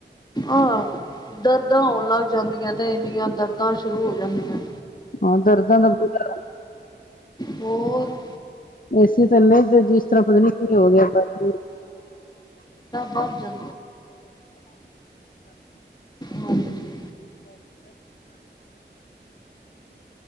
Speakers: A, on the left; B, on the left.
A: ਆਅ ਦਰਦਾਂ ਹੋਣ ਲੱਗ ਜਾਂਦੀਆਂ ਤੇ ਇੰਨੀਆਂ ਦਰਦਾਂ ਤਾਂ ਸ਼ੁਰੂ ਹੋ ਜਾਂਦੀਆਂ।
B: ਹਾਂ ਦਰਦਾਂ ਦਾ ਬੁਰਾ
A: ਹੋਰ
B: ਏਸੀ ਥੱਲੇ ਜਿਸ ਤਰ੍ਹਾਂ ਪਤਾ ਨੀ ਕੀ ਹੋ ਗਿਆ ਬ
A: ਭ ਜਾਂ। ਹਾਂਜੀ